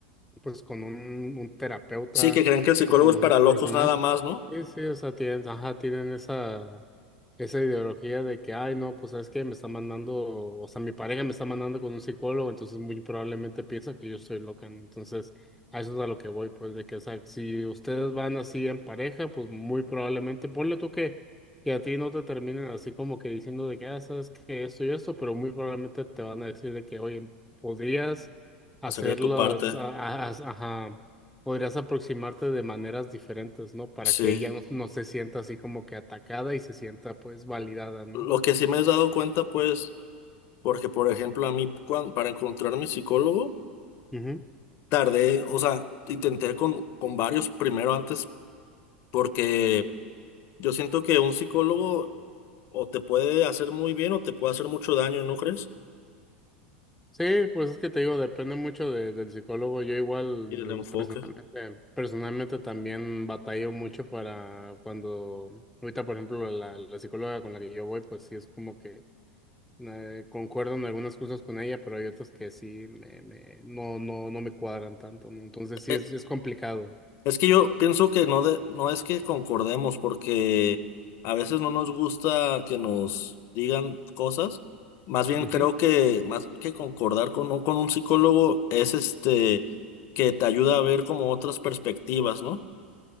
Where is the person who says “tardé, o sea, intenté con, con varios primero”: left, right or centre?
Left